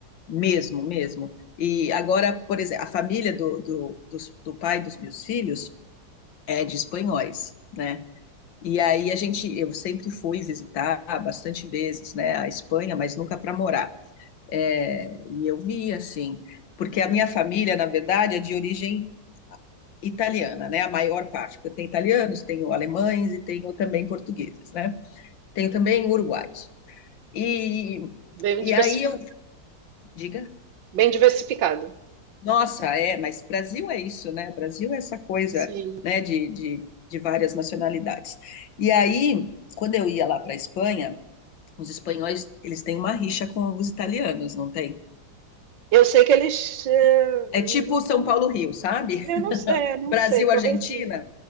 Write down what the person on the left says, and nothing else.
Mesmo, mesmo. E agora, por exemplo, a família do, do, dos- do pai dos meus filhos é de espanhóis, né? E aí a gente, eu sempre fui visitar bastante vezes, né, a Espanha, mas nunca para morar. É, e eu vi assim, porque a minha família, na verdade, é de origem italiana, né? A maior parte. Eu tenho italianos, tenho alemães e tenho também portugueses, né? Tenho também uruguaios. E,
e
aí eu, diga.
Nossa, é, mas Brasil é isso, né? Brasil é essa coisa,
né, de, de, de várias nacionalidades. E aí, quando eu ia lá para a Espanha, os espanhóis, eles têm uma rixa com os italianos, não tem?
É tipo
São
Paulo-Rio, sabe?
<laughs>
Brasil-Argentina,